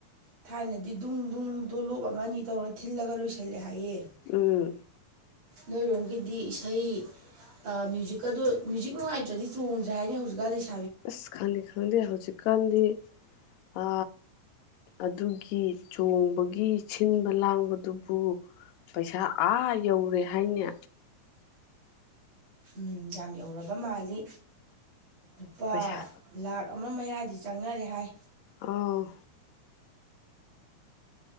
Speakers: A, on the right; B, on the left.
A: ꯊꯥꯏꯅꯗꯤ ꯗꯨꯡ ꯗꯨꯡ ꯗꯨꯂꯣꯞ ꯑꯃ ꯅꯤ ꯇꯧꯔ ꯊꯤꯜꯂꯒ ꯂꯣꯏꯁꯤꯜꯂꯦ ꯍꯥꯏꯌꯦ
B: ꯎꯝ
A: ꯅꯣꯏꯔꯣꯝꯒꯤꯗꯤ ꯏꯁꯩ ꯑ ꯃ꯭ꯌꯨꯖꯤꯛꯀ ꯗꯨ ꯃ꯭ꯌꯨꯖꯤꯛ ꯅꯨꯡꯉꯥꯏꯇ꯭ꯔꯗꯤ ꯆꯣꯡꯗ꯭ꯔꯦ ꯍꯥꯏꯅ ꯍꯧꯖꯤꯛꯀꯥ ꯂꯩꯁ
B: ꯑꯁ ꯈꯪꯗꯦ ꯈꯪꯗꯦ ꯍꯧꯖꯤꯛꯀꯥꯟꯗꯤ ꯑ ꯑꯗꯨꯒꯤ ꯆꯣꯡꯕꯒꯤ ꯁꯤꯟꯕ ꯂꯥꯡꯕꯗꯨꯕꯨ ꯄꯩꯁꯥ ꯑꯥ ꯌꯧꯔꯦ ꯍꯥꯏꯅꯦ
A: ꯎꯝ ꯌꯥꯝ ꯌꯧꯔꯕ ꯃꯥꯜꯂꯤ ꯂꯨꯄꯥ
B: ꯄꯩꯁꯥ
A: ꯂꯥꯛ ꯑꯝ ꯃꯥ ꯃꯌꯥꯗꯤ ꯆꯪꯅꯔꯦ ꯍꯥꯏ
B: ꯑꯧ